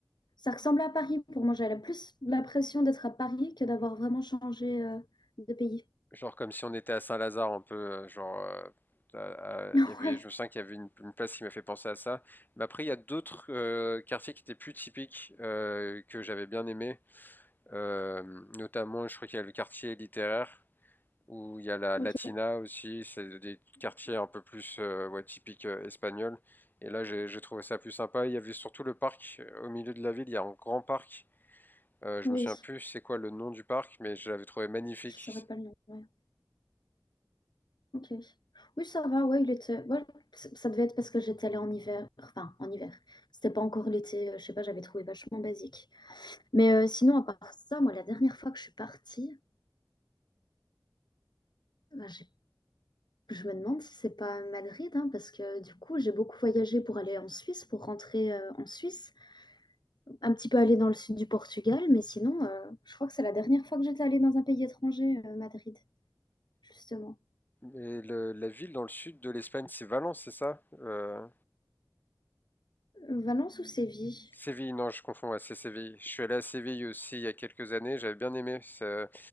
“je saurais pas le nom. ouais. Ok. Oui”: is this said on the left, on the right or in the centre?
Left